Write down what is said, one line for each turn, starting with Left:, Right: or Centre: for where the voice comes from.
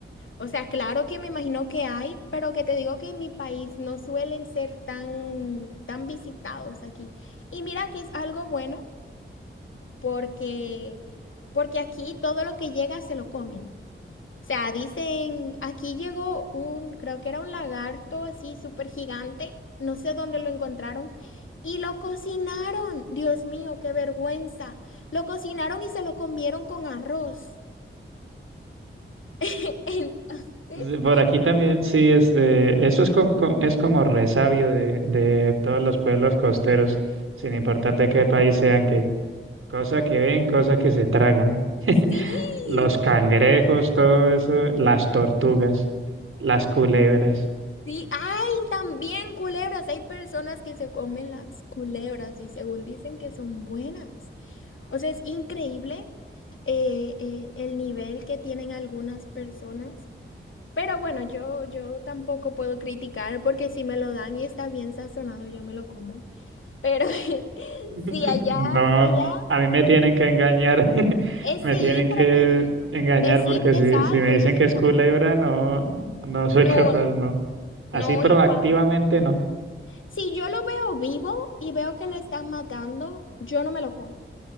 Left: O sea, claro que me imagino que hay, pero que te digo que en mi país no suelen ser tan, tan visitados aquí. Y mira que es algo bueno porque, porque aquí todo lo que llega se lo comen. O sea, dicen, aquí llegó un, creo que era un lagarto así súper gigante, no sé dónde lo encontraron, y lo cocinaron. Dios mío, qué vergüenza. Lo cocinaron y se lo comieron con arroz. <laughs> Entonces,
Right: Sí, Por aquí también, sí, este, eso es como, es como resabio de, de todos los pueblos costeros, sin importar de qué país sean, que cosa que ven, cosa que se tragan. <laughs>
Left: sí,
Right: Los
Left: sí,
Right: cangrejos, todo eso, las tortugas, las culebras.
Left: sí. Ay, también culebras. Hay personas que se comen las culebras y según dicen que son buenas. O sea, es increíble eh, eh, el nivel que tienen algunas personas. Pero bueno, yo, yo tampoco puedo criticar porque si me lo dan y está bien sazonado, yo me lo como. Pero <laughs>
Right: <laughs>
Left: si allá,
Right: No,
Left: allá
Right: a mí me tienen que engañar, <laughs>
Left: es
Right: me
Left: sí
Right: tienen
Left: ir,
Right: que
Left: pero te digo,
Right: engañar
Left: decir
Right: porque
Left: que
Right: si,
Left: es algo
Right: si me dicen
Left: y eso
Right: que es
Left: tam-
Right: culebra, no, no soy
Left: No,
Right: capaz, no. Así
Left: no
Right: proactivamente
Left: igual.
Right: no.
Left: Si yo lo veo vivo y veo que lo están matando, yo no me lo como.